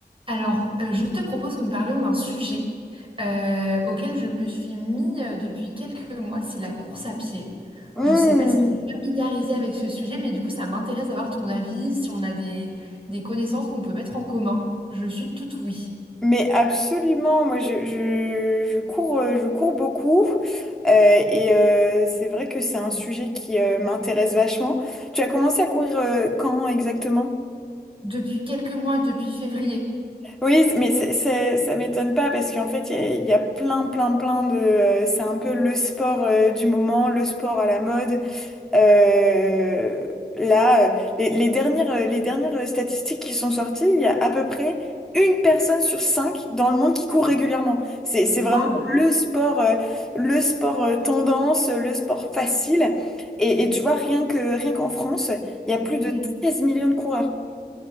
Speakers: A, on the right; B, in the centre.
A: Alors, euh, je te propose que nous parlions d'un sujet euh, auquel je me suis mis euh, depuis quelques mois, c'est la course à pied.
B: Mmh.
A: Je ne sais pas si tu es familiarisée avec ce sujet, mais du coup, ça m'intéresse d'avoir ton avis, si on a des, des connaissances qu'on peut mettre en commun. Je suis toute oui.
B: Mais absolument, moi je, je, je cours, euh, je cours beaucoup euh, et euh, c'est vrai que c'est un sujet qui euh, m'intéresse vachement. Tu as commencé à courir euh, quand exactement?
A: Depuis quelques mois, depuis février.
B: Oui, mais c'est, c'est- ça m'étonne pas parce qu'en fait, il y, a il y a plein, plein, plein de... euh, c'est un peu le sport euh, du moment, le sport à la mode. Euh, là, euh, les, les dernières, euh, les dernières statistiques qui sont sorties, il y a à peu près une personne sur cinq dans le monde qui court régulièrement. C'est, c'est vraiment
A: Waouh!
B: le sport, euh, le sport euh, tendance, le sport facile. Et, et tu vois, rien que, rien qu'en France, il y a plus
A: Mhm.
B: de 13 millions de coureurs.